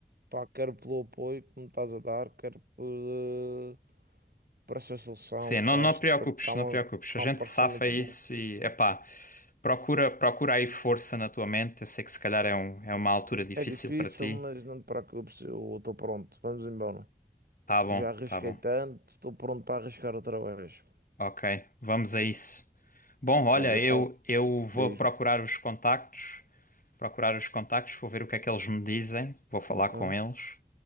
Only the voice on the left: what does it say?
Sim,
não, não
te preocupes,
não te preocupes.
A gente
safa
isso
e, epá, procura, procura aí força na tua mente. Eu sei que se calhar é, um, é uma altura difícil
para ti.
Tá bom,
tá bom.
Ok, vamos a isso. Bom, olha,
eu,
eu vou
procurar os contactos. procurar os contactos, vou ver o que é que eles me dizem, vou falar
com eles